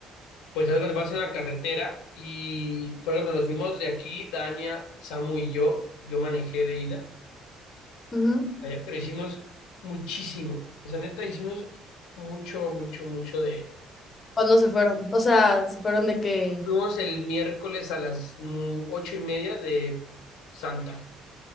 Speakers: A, on the left; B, on the left.
A: pues algo vas en la carretera y, por ejemplo, nos fuimos de aquí, Dania, Samu y yo, yo manejé de ida
B: Ujú.
A: allá, pero hicimos muchísimo, o sea, neta, hicimos mucho, mucho, mucho de
B: ¿Cuándo se fueron? O sea, se fueron de que...
A: Fuimos el miércoles a las mm, ocho y media de Santa.